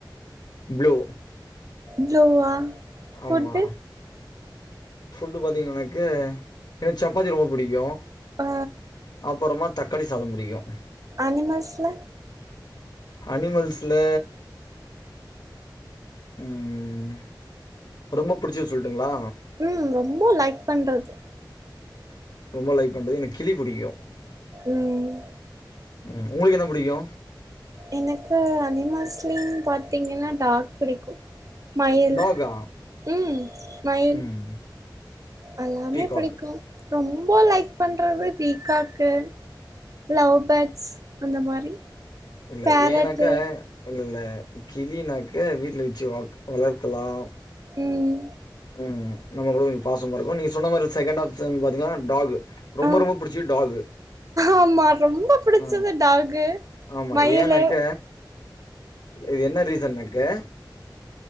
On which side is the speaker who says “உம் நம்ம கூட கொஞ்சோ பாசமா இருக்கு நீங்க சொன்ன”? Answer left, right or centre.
Left